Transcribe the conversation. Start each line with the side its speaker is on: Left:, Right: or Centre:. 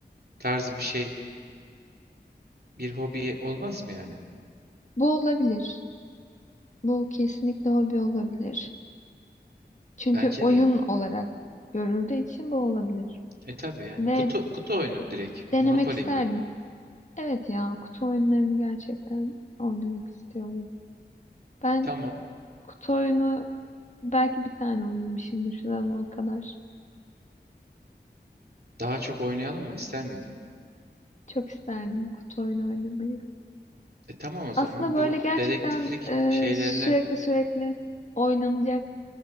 Right: tarzı bir şey bir hobi olmaz mı yani?
Left: Bu olabilir. Bu kesinlikle hobi olabilir. Çünkü
Right: Bence
Left: oyun
Right: de.
Left: olarak görüldüğü için bu olabilir.
Right: E tabii yani
Left: Ve
Right: kutu kutu oyunu direkt.
Left: denemek
Right: Monopoly
Left: isterdim.
Right: gibi.
Left: Evet ya kutu oyunlarını gerçekten oynamak istiyorum. Ben
Right: Tamam.
Left: kutu oyunu belki bir tane oynamışımdır şu zamana kadar.
Right: Daha çok oynayalım mı ister miydin?
Left: Çok isterdim kutu oyunu oynamayı.
Right: E tamam o zaman
Left: Aslında böyle
Right: bu
Left: gerçekten
Right: dedektiflik şeylerine
Left: e, sürekli sürekli oynanacak